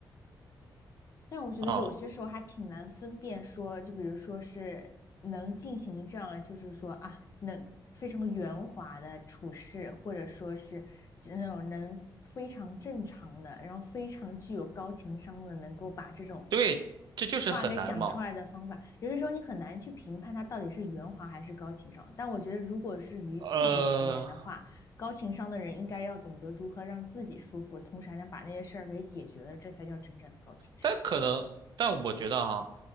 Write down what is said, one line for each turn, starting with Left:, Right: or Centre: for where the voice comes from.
Left: 但我觉得有些时候还挺难分辨说，
Right: 啊。
Left: 就比如说是能进行这样，就是说啊，能非常圆滑的处事，或者说是那种能非常正常的，然后非常具有高情商的，能够把这种
Right: 对，这就是很难嘛。
Left: 话给讲出来的方法，有些时候你很难去评判他到底是圆滑还是高情商。但我觉得，如果是于自己而言的话，
Right: 呃，
Left: 高情商的人应该要懂得如何让自己舒服，同时还能把那些事儿给解决了，这才叫真正的高情商。
Right: 但可能，但我觉得哈，